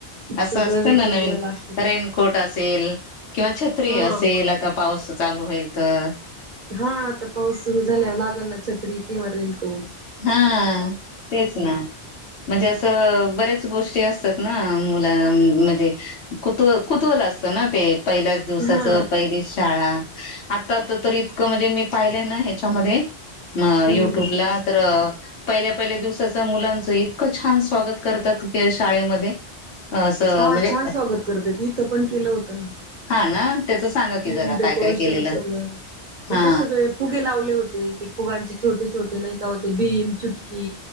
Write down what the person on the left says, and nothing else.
असं
असतं
ना नवीन
रेनकोट अस असल किंवा छत्री
असेल आता पाऊस चालू होईल तर.
हा तेच ना. म्हणजे असं बरेच गोष्टी असतात ना मुला म्हणजे कुत कुतुहल असत ना ते पहिल्याच दिवसाचं
पहिलीच शाळा आता तर तर इतकं म्हणजे मी पाहिलंय ना ह्याच्यामध्ये म
युट्यूबला तर पहिल्या पहिल्या दिवसाच मुलांचं इतकं छान स्वागत करतात शाळेमध्ये. असं
म्हणजे
हां ना त्याच सांगा की
जरा
काय काय केलेलं
हा